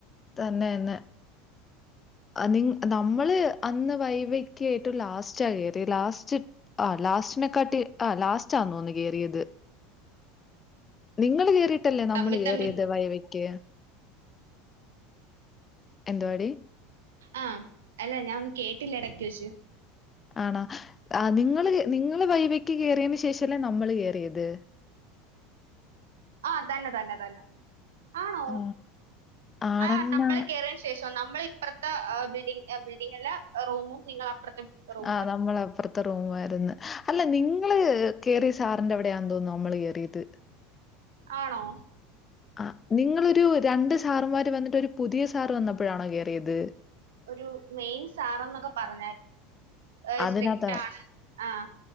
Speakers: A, on the left; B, on the right.
A: തന്നെ തന്നെ നിങ്‌ നമ്മള് അന്ന് വൈവക്ക് ഏറ്റവും ലാസ്റ്റാ കയറിയെ ലാസ്റ്റ് ആ ലാസ്റ്റിനെക്കാട്ടി ആ ലാസ്റ്റാന്നു തോനുന്നു കേറിയത്. നിങ്ങള് കേറിയിട്ടല്ലേ നമ്മള്
B: തമ്മിൽ
A: കേറിയത്
B: തമ്മിൽ
A: വൈവയ്ക്ക്? എന്തുവാടി?
B: ആഹ് അല്ല ഞാാനൊന്നും കേട്ടില്ല ഇടക്ക് വെച്ചു
A: ആണാ ആ നിങ്ങള് നിങ്ങള് വൈവക്ക് കയറിയന് ശേഷല്ലേ നമ്മള് കേയറിയത്
B: ആ തന്നെ തന്നെ തന്നെ ആണോ
A: ആ. ആണെന്നാ
B: ആ നമ്മൾ കേറ ശേഷം നമ്മൾ ഇപ്പുത്തെ ബഡ ബിൽഡിങ്ങല്ല റൂമും നിങ്ങള് അപ്പുറത്തെ റൂമും
A: ആഹ് നമ്മളെഅപ്രത്തെ റൂ ആരുന്നു അല്ല നിങ്ങള് കേറിയ സാറിന്റെ അവിടെയാ തോന്നുന്നു നമ്മള് കേയറിയത്
B: ആണോ
A: ആ നിങ്ങളൊരു രണ്ട് സാറമാര് വന്നിട്ട് പുതിയ സാർ വന്നപ്പോഴാണോ കേയറിയത്
B: ഒരു മെയിൻ സാറന്നൊക്കെ പറഞ്ഞായിരുന്നു
A: അതിനകത്താ
B: സ്ട്രിക്റ്റ് ആനു അഹ്